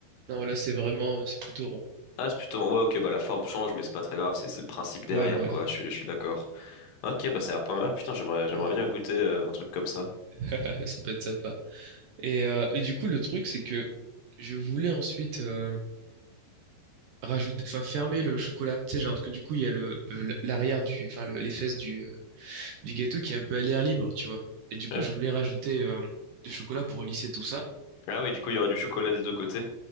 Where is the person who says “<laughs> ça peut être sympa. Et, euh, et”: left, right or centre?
Right